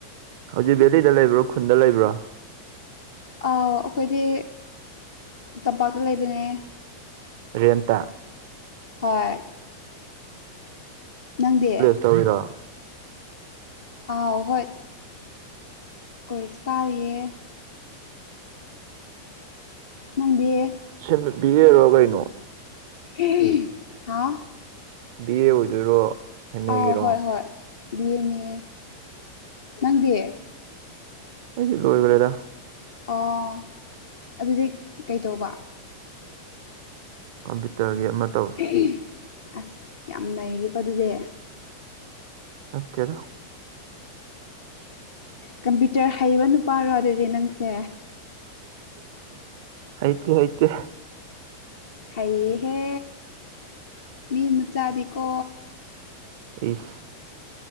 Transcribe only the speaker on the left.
ꯑ ꯑꯩꯈꯣꯏꯗꯤ ꯇꯝꯄꯥꯛꯇ ꯂꯩꯕꯅꯦ
ꯍꯣꯏ ꯅꯪꯗꯤ
ꯑ ꯍꯣꯏ ꯀꯣꯂꯦꯁ ꯀꯥꯔꯤꯌꯦꯦ
ꯅꯪꯗꯤꯌꯦ
<unintelligible> ꯍꯥ
ꯑꯥꯎ ꯍꯣꯏ ꯍꯣꯏ ꯕꯤ. ꯑꯦ. ꯅꯦ ꯅꯪꯗꯤ
ꯑꯣ ꯑꯗꯨꯗꯤ ꯀꯩꯇꯧꯕ
<unintelligible> ꯑꯁ ꯌꯥꯝ ꯅꯩꯔꯦꯀꯣ ꯑꯗꯨꯗꯤ
ꯀꯝꯄ꯭ꯌꯨꯇꯔ ꯍꯩꯕ ꯅꯨꯄꯥꯔꯣ ꯑꯗꯨꯗꯤ ꯅꯪꯁꯦ
ꯍꯩꯍꯦ ꯃꯤ ꯃꯆꯥꯗꯤꯀꯣ